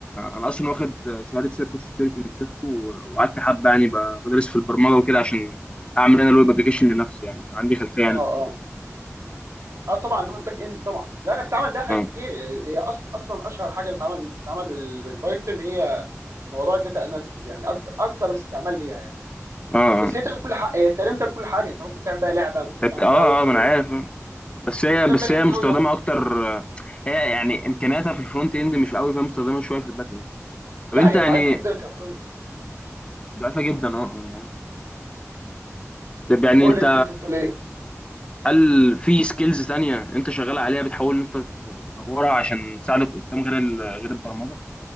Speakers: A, on the left (about 20°); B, on the right (about 65°).
A: انا اصلا واخد شهاده سيركو سكيورتي من سيسكو وقعدت حبه يعني ب- بدرس في البرمجه وكده عشان اعمل انا الويب ابلكيشن لنفسي يعني فعندي خلفيه يعني
B: اه اه
A: بالموضوع
B: اه آه، طبعا لغه باك اند طبعا لا هي بتتعمل بيها حاجات
A: اه
B: كتير هي أص... اصلا اشهر حاجه بتتعمل بتتعمل بال- بالبايثون هي موضوع الداتا اناليسيز يعني اكتر اكتر استعمال ليها يعني
A: اه
B: بس هي تعمل كل حاجه هي تقريبا تعمل كل حاجه انت ممكن تعمل بيها لعبه ممكن
A: اه
B: تعمل
A: اه
B: بيها ويب سايت
A: اه ما انا عارف آه. بس
B: ممكن
A: هي
B: تعمل
A: بس
B: بيها اللي
A: هي
B: انت
A: مستخدمه
B: عاوزه عادي.
A: اكتر آه، هي يعني امكانياتها في الفرونت اند مش قوي فهي مستخدمه شويه في الباك اند
B: لا
A: طب انت
B: هي
A: يعني
B: ضعيفه جدا كفرونت
A: ضعيفه جدا اه آه، أنا عارف. طب يعني
B: قول
A: انت
B: لي انت كنت بتقول ايه
A: هل في سكيلز تانية انت شغال عليها بتحاول ان انت تطورها عشان تساعدك قدام غير ال- غير البرمجة